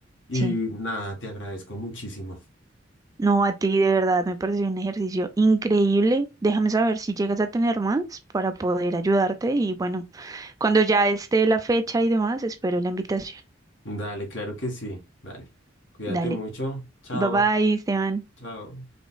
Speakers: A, on the left; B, on the right.
A: y
B: Sí.
A: nada, te agradezco muchísimo.
B: No, a ti de verdad me pareció un ejercicio increíble. Déjame saber si llegas a tener más para poder ayudarte y bueno, cuando ya esté la fecha y demás, espero la invitación.
A: Dale, claro que sí. Dale. Cuídate
B: Dale.
A: mucho. Chao.
B: Bye bye, Esteban.
A: Chao.